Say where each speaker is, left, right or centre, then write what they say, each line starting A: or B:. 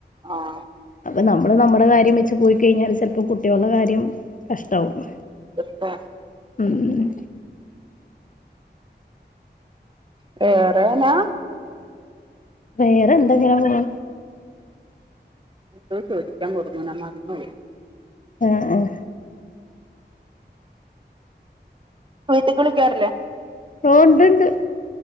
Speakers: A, on the right; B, on the left.
A: ആഹ്
B: അപ്പം നമ്മള് നമ്മടെ കാര്യം വെച്ച് പോയി കഴിഞ്ഞാൽ ചെലപ്പോൾ കുട്ടികളുടെ കാര്യം കഷ്ടാവും
A: എപ്പ
B: മ്ഹ്
A: വേറേനാ
B: വേറെന്താ ഇങ്ങനെ പോണ്
A: എന്തോ ചോദിക്കാൻ കൊടുന്നനെ മറന്നുപോയി
B: ആഹ് ആഹ്
A: വീട്ടിക്ക് വിളിക്കാറില്ലേ
B: ഓഹ് ഒണ്ട് ഒണ്ട്